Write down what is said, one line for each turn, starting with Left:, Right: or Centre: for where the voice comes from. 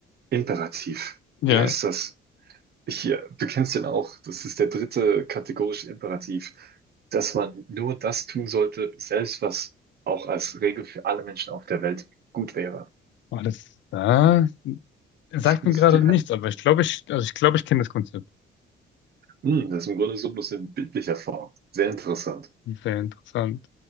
Right: Imperativ.
Left: Ja.
Right: Wie heißt das? Hier, du kennst den auch. Das ist der dritte kategorische Imperativ, dass man nur das tun sollte, selbst was auch als Regel für alle Menschen auf der Welt gut wäre.
Left: Alles da. sagt
Right: <laughs>
Left: mir gerade
Right: Die
Left: nichts, aber ich glaube, ich, also ich glaube, ich kenne das Konzept.
Right: Hm, das ist im Grunde so bloß in bildlicher Form. Sehr interessant.
Left: Sehr interessant.